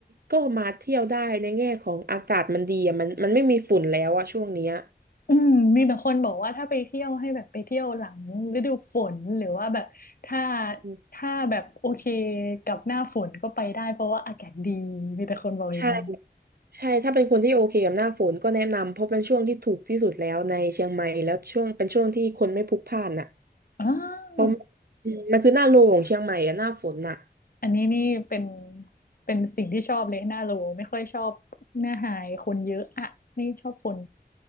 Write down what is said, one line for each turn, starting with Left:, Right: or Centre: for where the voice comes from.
Right: ก็มาเที่ยวได้ในแง่ของอากาศมันดีอ่ะมันมันไม่มีฝุ่นแล้วอะช่วงเนี้ย
Left: อืมมีแต่คนบอกว่าถ้าไปเที่ยวให้แบบไปเที่ยวหลังฤดูฝนหรือว่าแบบถ้า
Right: อืม
Left: ถ้าแบบโอเคกับหน้าฝนก็ไปได้เพราะว่าอากาศดีมีแต่คนบอกอย่างนี้
Right: ใช่ใช่ถ้าเป็นคนที่โอเคกับหน้าฝนก็แนะนำเพราะเป็นช่วงที่ถูกที่สุดแล้วในเชียงใหม่แล้วช่วงเป็นช่วงที่คนไม่พลุกพล่านอ่ะ
Left: อ่า
Right: มอืมมันคือหน้าโลของเชียงใหม่อะหน้าฝนอะ
Left: อันนี้นี่เป็นเป็นสิ่งที่ชอบเลยหน้าโลไม่ค่อยชอบหน้าหายคนเยอะอะไม่ชอบคน